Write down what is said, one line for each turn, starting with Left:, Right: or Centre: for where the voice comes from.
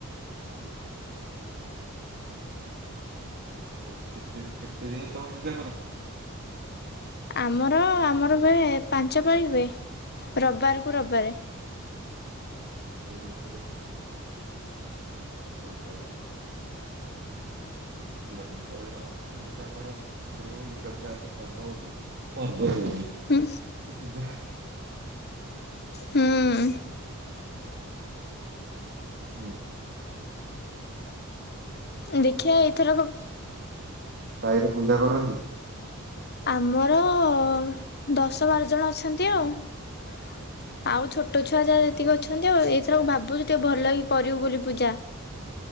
Right: ହୁଁ। ପର କେତେ କେତେ ଦିନ ତମେ ପୂଜା କର? <inaudible>
Left: ଆମର ଆମର ହୁଏ ପାଞ୍ଚ ପାଳି ହୁଏ, ରବବାରକୁ ରବବାର।
Right: ପାଞ୍ଚ ପାଳି କୁ, ରବବାରେ କୁ ରବ ବା ରେ? <inaudible> ହଉ ପାଳି। ଆଉ ଫୁଲ ଖାଲି ତୋଳିବ ଆଉ, ତମେ ମଜା କର, ଖୁଦୁରୁକୁଣୀ ଝିଅ ପିଲାଙ୍କ ତ ପର୍ବ ଗୋଟେ, ପର୍ବ କୋଉଚି,
Left: ହୁଁ
Right: ଗୋଟେ ପୂଜା ହା
Left: ହୁଁ
Right: <unintelligible> ହୁଁ।
Left: ଦେଖିଆ ଏଇଥର କ
Right: ସାଇରେ ପୂଜା କରନ୍ତି?
Left: ଆମର ଅ, ଦଶ ବାର ଜଣ ଅଛନ୍ତି ଆଉ। <unintelligible> ଆଉ ଛୋଟ ଛୁ ଛୁଆ ଜାହା ଯେତିକି ଅଛନ୍ତି ଆଉ, ଏଇଥରକ ଭାବୁଚୁ ଟିକେ ଭଲ କି କରିବୁ ବୋଲି ପୂଜା।